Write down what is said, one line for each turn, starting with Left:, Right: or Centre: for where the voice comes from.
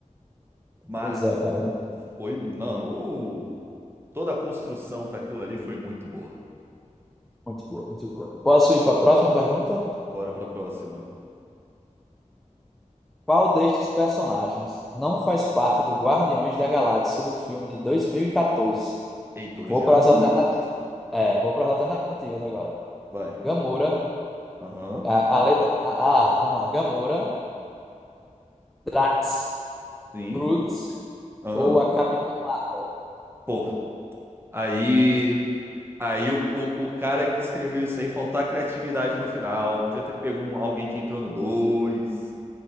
Right: Mas
Centre: Pois é, cara.
Right: foi, não, o- toda a construção para aquilo ali foi muito boa.
Centre: Muito boa, muito boa. Posso ir para a próxima pergunta?
Right: Bora pra próxima.
Centre: Qual destes personagens não faz parte do Guardiões da Galáxia do filme de 2014?
Right: Eita, original.
Centre: Vou para as Hum. alternativas. É, vou para as alternativas agora.
Right: Vai.
Centre: Gamora,
Right: Aham,
Centre: a, a letra. Ah, vamos lá. Gamora, Drax,
Right: sim.
Centre: Groot
Right: Aham.
Centre: ou a Capitã Marvel?
Right: Pô, aí. Aí o, o, o cara que escreveu isso aí faltou a criatividade no final. Podia ter pego um- alguém que entrou no dois